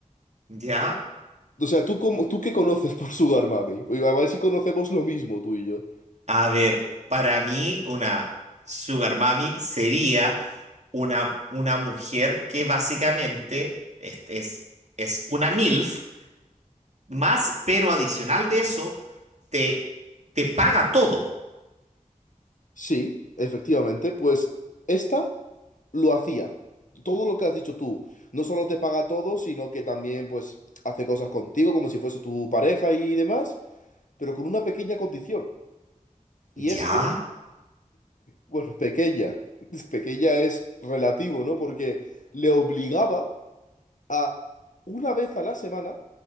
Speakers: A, on the right (about 60°); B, on the left (about 70°).
A: ya.
B: O sea, ¿tú, cómo- tú qué conoces por Sugar Mami? Oye, A ver si conocemos lo mismo tú y yo.
A: A ver, para mí una sugar mami sería una, una mujer que básicamente es, es, es una MILF, más, pero adicional de eso, te, te paga todo.
B: Sí, efectivamente, pues esta lo hacía. Todo lo que has dicho tú, no solo te paga todo, sino que también pues hace cosas contigo como si fuese tu pareja y demás, pero con una pequeña condición. Y
A: ¿Ya?
B: es que, bueno, pequeña, <laughs> pequeña es relativo, ¿no? Porque le obligaba a una vez a la semana